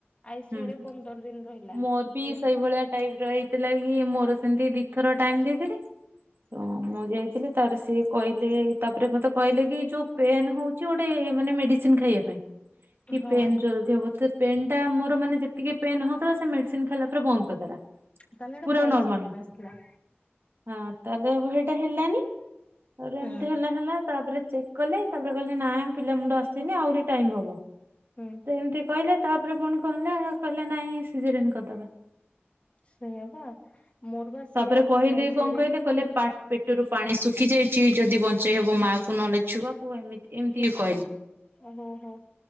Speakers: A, on the left; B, on the right.
A: ଆଇସିୟୁ
B: ହୁଁ ହୁଁ,
A: ରେ ପନ୍ଦର ଦିନ ରହିଲା
B: ମୋର ବି
A: କି
B: ସେଇ
A: ହୁଁ।
B: ଭ ସେଇଭଳିଆ ଟାଇପ୍ ର ହେଇଥିଲା କି, ମୋର ସେମିତି ଦି ଥର ଟାଇମ୍ ଦେଇଥିଲେ ତ ମୁଁ ଯାଇଥିଲି ତାପରେ ସିଏ କହିଲେ, ତାପରେ ମତେ କହିଲେ କି ଯୋଉ ପେନ୍ ହୋଉଛି ଗୋଟେ ମାନେ ମେଡ଼ିସିନ୍ ଖାଇବା ପାଇଁ, କି
A: ହଁ
B: ପେନ୍ ଜଲ୍ଦି ହବ ପେନ୍ ଟା ମୋର ମାନେ ଟିକେ ପେନ୍ ହଉଥିଲା, ସେ ମେଡ଼ିସିନ୍ ଖାଇଲା ପରେ, ବନ୍ଦ କରିଦେଲା।
A: ତାହେଲେ ହେଟା
B: ପୁରା
A: ଫଲସ
B: ନର୍ମାଲ
A: ପେନ୍ ଆସିଥିଲା।
B: ହଁ, ତାହେଲେ ହେଇଟା ହେଲାନି, ତାପରେ
A: ହୁଁ।
B: ଏମିତି ହେଲା ହେଲା ତାପରେ ଚେକ୍ କଲେ। ତାପରେ କହିଲେ ନା ପିଲା ମୁଣ୍ଡ ଆସିନି ଆହୁରି ଟାଇମ୍ ହବ।
A: ହୁଁ।
B: ଏମିତି କହିଲେ ତାପରେ ପୁଣି କଣ ହେଲା, କହିଲେ ନାଇଁ ସିଜରିନ୍ କରିଦବା।
A: ସେଇଆ ବା, ମୋର ବା
B: ତାପରେ
A: ସିଆ,
B: କହିଲେ
A: ସେ ଆଇ
B: କଣ
A: ସିୟୁ ରେ,
B: କହିଲେ କହିଲେ
A: ହୁଁ।
B: ପା ପେଟରୁ
A: ହୁଁ
B: ପାଣି ଶୁଖି ଯାଇଛି, ଯଦି ବଞ୍ଚେଇ ହବ ମା କୁ ନହେଲେ ଛୁଆକୁ ଏମିତି ଏମିତି
A: ଏ ମା
B: କହିଲେ।
A: ଓହୋ ହୋ